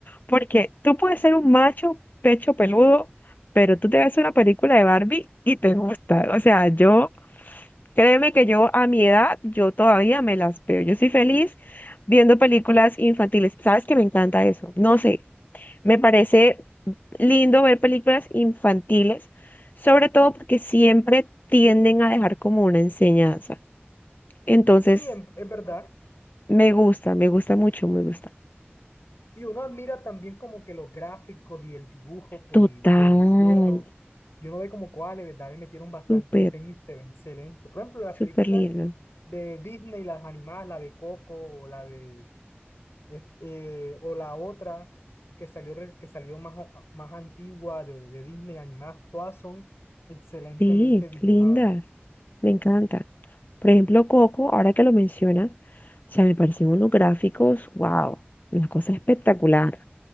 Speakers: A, on the left (about 45°); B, on the left (about 80°).
A: porque tú puedes ser un macho pecho peludo, pero tú te ves una película de Barbie y te gusta. O sea, yo... Créeme que yo a mi edad, yo todavía me las veo. Yo soy feliz viendo películas infantiles. ¿Sabes que me encanta eso? No sé, Me parece lindo ver películas infantiles, sobre todo porque siempre tienden a dejar como una enseñanza. Entonces,
B: Sí, en, es verdad.
A: me gusta, me gusta mucho, me gusta.
B: Y uno admira también como que los gráficos y el dibujo que
A: Total,
B: le, que le hicieron. Y uno ve como cuáles, ¿verdad? Le metieron bastante
A: súper,
B: empeño y se ve excelente. Por ejemplo, las
A: súper
B: películas
A: lindas
B: de Disney, las animadas, la de Coco o la de eh, eh, o la otra que salió, re- que salió más, o- más antigua de, de Disney animadas, todas son excelentemente
A: Sí,
B: dibujadas.
A: lindas, me encantan. Por ejemplo, Coco, ahora que lo mencionas, o sea, me parecen unos gráficos, wow, una cosa espectacular.